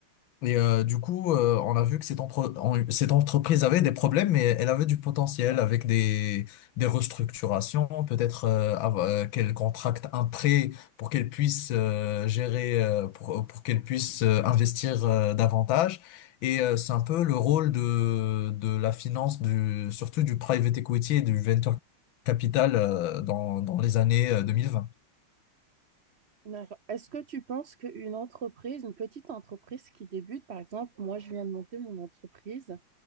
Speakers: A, on the left; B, on the right.
A: Et euh, du coup, euh, on a vu que cette, entre- en- cette entreprise avait des problèmes, mais elle avait du potentiel avec des, des restructurations, peut-être euh, av- euh, qu'elle contracte un prêt pour qu'elle puisse euh, gérer, euh, pour, euh, pour qu'elle puisse euh, investir euh, davantage. Et euh, c'est un peu le rôle de, de la finance, du, surtout du private equity et du venture capital euh, dans, dans les années euh, 2020.
B: d'accord. Est-ce que tu penses qu'une entreprise, une petite entreprise qui débute, par exemple, moi je viens de monter mon entreprise,